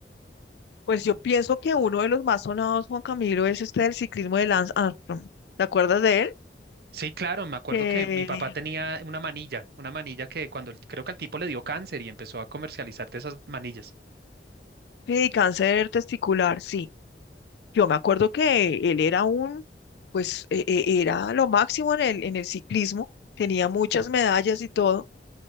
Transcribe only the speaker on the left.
Pues yo pienso que uno de los más sonados, Juan Camilo, es este del ciclismo de Lance Armstrong. ¿Te acuerdas de él?
Que
sí, cáncer testicular, sí. Yo me acuerdo que él era un, pues e- e- era lo máximo en el, en el ciclismo, tenía muchas medallas y todo.